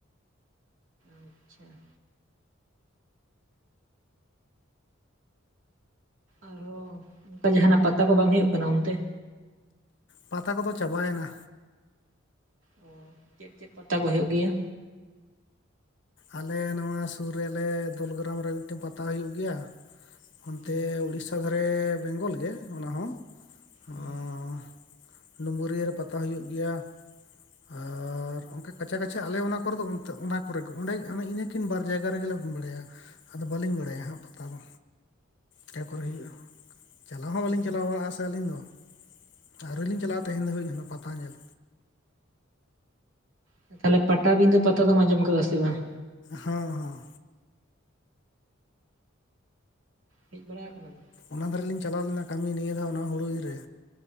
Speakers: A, on the right (about 75°); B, on the left (about 60°).
A: ᱟᱪᱪᱷᱟ᱾ ᱟᱨᱦᱚᱸ ᱚᱱᱠᱟ ᱡᱟᱸᱦᱟᱱᱟᱜ ᱯᱟᱛᱟ ᱠᱚ ᱵᱟᱝ ᱦᱳᱭᱳᱜ ᱠᱟᱱᱟ ᱚᱱᱛᱮ?
B: ᱯᱟᱛᱟ ᱠᱚᱫᱚ ᱪᱟᱵᱟᱭᱮᱱᱟ᱾
A: ᱚ ᱪᱮᱫ ᱪᱮᱫ ᱯᱟᱛᱟ ᱠᱚ ᱦᱳᱭᱳᱜ ᱜᱮᱭᱟ?
B: ᱟᱞᱮ ᱱᱚᱣᱟ ᱥᱩᱨ ᱨᱮ ᱟᱞᱮ ᱫᱚᱞᱜᱨᱟᱢ ᱨᱮ ᱢᱤᱫᱴᱮᱱ ᱯᱟᱛᱟ ᱦᱳᱭᱩᱜ ᱜᱮᱭᱟ। ᱚᱱᱛᱮ
A: ᱦᱩᱸ
B: ᱩᱲᱤᱥᱥᱟ ᱫᱷᱟᱨᱮ ᱵᱮᱝᱜᱚᱞ ᱜᱮ ᱚᱱᱟ ᱦᱚᱸ। ᱚᱸ
A: ᱦᱩᱸ
B: ᱰᱩᱢᱵᱩᱨᱤᱭᱟᱹ ᱨᱮ ᱯᱟᱛᱟ ᱦᱩᱭᱩᱜ ᱜᱮᱭᱟ। ᱟᱨ ᱚᱱᱠᱟ ᱠᱟᱪᱷᱟ ᱠᱟᱪᱷᱟ ᱟᱞᱮ ᱚᱱᱟ ᱠᱚᱨᱮ ᱫᱚ ᱚᱱᱛᱮ ᱚᱱᱟ ᱠᱚᱨᱮ᱾ ᱚᱸᱰᱮ ᱤᱱᱟᱹ ᱤᱱᱟᱹᱠᱤᱱ ᱵᱟᱨ ᱡᱟᱭᱜᱟ ᱨᱮᱜᱮᱞᱮ ᱵᱟᱲᱟᱭᱟ ᱟᱫᱚ ᱵᱟᱹᱞᱤᱧ ᱵᱟᱲᱟᱭᱟ ᱦᱟᱸᱜ ᱯᱟᱛᱟ ᱫᱚ᱾ ᱴᱮ ᱠᱚᱨᱮ
A: ᱚ
B: ᱦᱩᱭᱩᱜᱼᱟ, ᱪᱟᱞᱟᱣ ᱦᱚᱸ ᱵᱟᱹᱞᱤᱧ
A: ᱦᱩᱸ
B: ᱪᱟᱞᱟᱣ ᱵᱟᱲᱟᱜᱼᱟ ᱥᱮ ᱟᱹᱞᱤᱧ ᱫᱚ᱾ ᱟᱣᱨᱤᱞᱤᱧ
A: ᱟᱨ
B: ᱪᱟᱞᱟᱜᱼᱟ ᱛᱮᱦᱮᱧ ᱫᱷᱟᱹᱵᱤᱡ ᱦᱟᱱᱟ ᱯᱟᱛᱟ ᱧᱮᱞ᱾
A: ᱦᱮᱸ ᱛᱟᱦᱞᱮ ᱯᱟᱴᱟᱵᱤᱸᱫᱟᱹ ᱯᱟᱛᱟ ᱫᱚᱢ ᱟᱸᱡᱚᱢ ᱠᱟᱫᱟ ᱥᱮ ᱵᱟᱝ?
B: ᱦᱚᱸ ᱦᱚᱸ।
A: ᱦᱮᱡ ᱵᱟᱲᱟ ᱠᱟᱱᱟᱢ?
B: ᱚᱱᱟ ᱫᱷᱟᱨᱮ ᱞᱤᱧ ᱪᱟᱞᱟᱣ ᱞᱤᱱᱟ ᱠᱟᱹᱢᱤ ᱱᱤᱭᱟᱹ ᱫᱷᱟᱣ ᱚᱱᱟ ᱦᱳᱲᱳ ᱤᱨ ᱨᱮ